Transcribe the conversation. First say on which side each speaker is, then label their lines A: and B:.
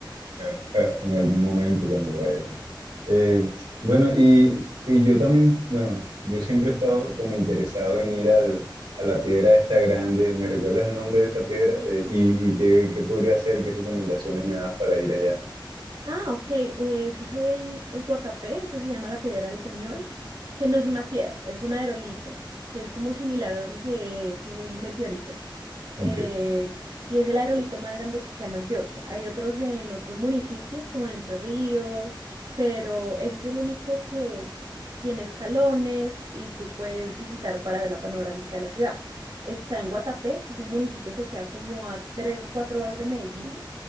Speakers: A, on the right (about 85°); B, on the right (about 60°).
A: eh, eh, en algún momento cuando vaya. Eh, bueno, y, y yo también, bueno, yo siempre he estado como interesado en ir al, a la piedra esta grande. ¿Me recuerdas el nombre de esa piedra? Eh, y, y qué, qué podría hacer, qué recomendaciones me das para ir allá?
B: Ah, ok, eh, eso es en el Guatapé, eso se llama la Piedra del Peñol, que no es una piedra, es un aerolito, que es como similar a lo que es un meteorito.
A: Ok.
B: eh, y es el aerolito más grande que queda en Antioquia. Hay otros en otros municipios, como en Entre Ríos, pero ese es el único que tiene escalones y tú puedes visitar para ver la panorámica de la ciudad. Está en Guatapé, que es un municipio que queda como a tres o cuatro horas de Medellín.